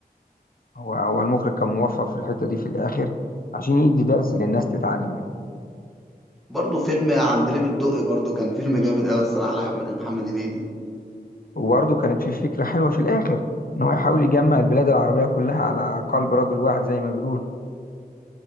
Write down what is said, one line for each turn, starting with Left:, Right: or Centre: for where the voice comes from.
Left: هو هو المخرج كان موفق في الحته دي في الاخر عشان يدي درس للناس تتعلم منه
Centre: برضه فيلم عندليب الدقي برضه كان فيلم جامد قوي الصراحه لاحمد محمد هنيدي
Left: وبرضه كانت في فكره حلوه في الاخر ان هو يحاول يجمع البلاد العربيه كلها على قلب رجل واحد زي ما بيقول